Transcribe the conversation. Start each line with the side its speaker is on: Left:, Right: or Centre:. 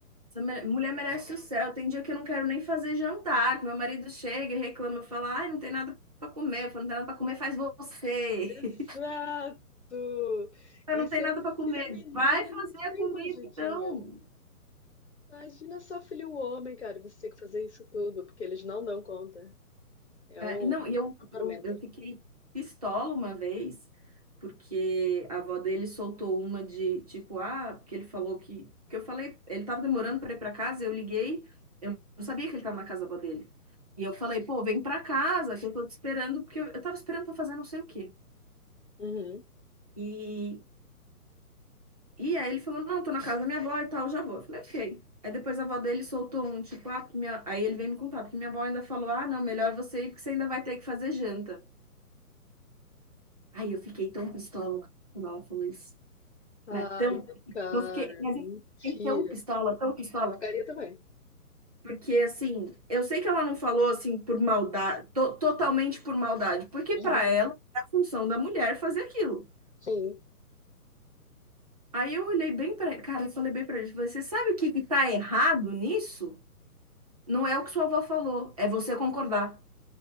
Right: Essa mulher mulher merece o céu. Tem dia que eu não quero nem fazer jantar, que meu marido chega e reclama, fala, ai, não tem nada pra comer. Eu falo, não tem nada pra comer, faz você.
Left: Exato!
Right: Ah,
Left: E
Right: não
Left: sendo
Right: tem nada para comer.
Left: filha menina,
Right: Vai fazer
Left: a gente
Right: a
Left: tem
Right: comida,
Left: uma ajudinha.
Right: então.
Left: Imagina só filho homem, cara, você ter que fazer isso tudo, porque eles não dão conta. É
Right: É,
Left: um...
Right: e não, e eu,
Left: uma tormenta.
Right: eu, eu fiquei pistola uma vez, porque a avó dele soltou uma de tipo, ah, porque ele falou que. Que eu falei, ele tava demorando para ir para casa, eu liguei, eu não sabia que ele tava na casa da avó dele. E eu falei, pô, vem para casa, que eu tô te esperando, porque eu, eu tava esperando para fazer não sei o quê.
Left: Uhum.
Right: E, E aí ele falou, não, tô na casa da minha avó e tal, já vou. Eu falei, ok. Aí depois a avó dele soltou um, tipo, ah, porque minha... aí ele veio me contar, porque minha avó ainda falou, ah, não, melhor você ir, porque você ainda vai ter que fazer janta. Aí eu fiquei tão pistola quando ela falou isso.
Left: Ai,
Right: Mas tão,
Left: cara,
Right: não fiquei, mas
Left: mentira.
Right: eu fiquei tão pistola, tão pistola.
Left: Eu ficaria também.
Right: Porque, assim, eu sei que ela não falou, assim, por maldade, to- totalmente por maldade, porque
Left: Uhum.
Right: pra ela é a função da mulher fazer aquilo.
Left: Sim.
Right: Aí eu olhei bem pra, cara, eu falei bem pra ele, falei, você sabe o que que tá errado nisso? Não é o que sua avó falou, é você concordar.